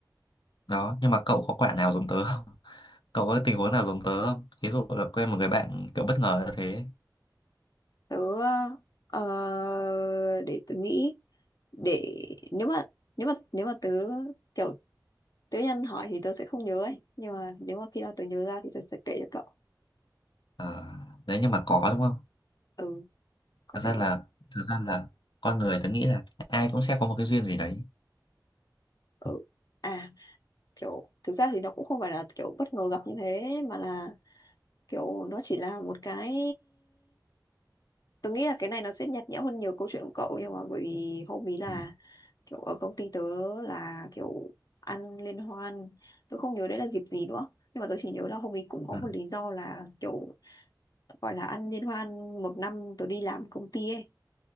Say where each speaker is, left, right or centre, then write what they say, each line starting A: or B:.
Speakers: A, on the left; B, on the left.
A: đó nhưng mà cậu có quả nào giống tớ không <laughs> cậu có tình huống nào giống tớ không ví dụ là quen một người bạn kiểu bất ngờ như thế
B: tớ ờ, để tớ nghĩ để nếu mà nếu mà nếu mà tớ kiểu tớ nhân hỏi thì tớ sẽ không nhớ ấy nhưng mà nếu mà khi nào tớ nhớ ra thì tớ sẽ kể cho cậu
A: à, đấy nhưng mà có đúng không
B: ừ có
A: thật ra
B: thể
A: là thật ra là con người tớ nghĩ là ai cũng sẽ có một cái duyên gì đấy
B: ừ à kiểu thực ra thì nó cũng không phải là kiểu bất ngờ gặp như thế mà là kiểu nó chỉ là một cái tôi nghĩ là cái này nó sẽ nhạt nhẽo hơn nhiều câu chuyện của cậu nhưng mà bởi vì hôm ý là
A: ừ
B: kiểu ở công ty tớ là kiểu ăn liên hoan tôi không nhớ đấy là dịp gì nữa nhưng mà tôi chỉ nhớ là hôm ý cũng có
A: ừ
B: một lý do là kiểu gọi là ăn liên hoan một năm tôi đi làm công ty ấy